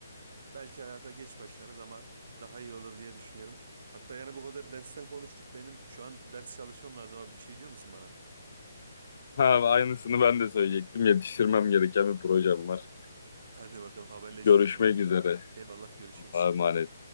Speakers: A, on the right; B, on the left.
A: belki hayata geç başlarız ama daha iyi olur diye düşünüyorum. Hatta yani bu kadar dersten konuştuk. Benim şu an ders çalışmam lazım abi. Bir şey diyor musun bana?
B: Ha, aynısını ben de söyleyecektim. Yetiştirmem gereken bir projem var.
A: Hadi bakalım haberleşiriz
B: Görüşmek
A: o zaman.
B: üzere.
A: Eyvallah görüşürüz.
B: Allah'a emanet.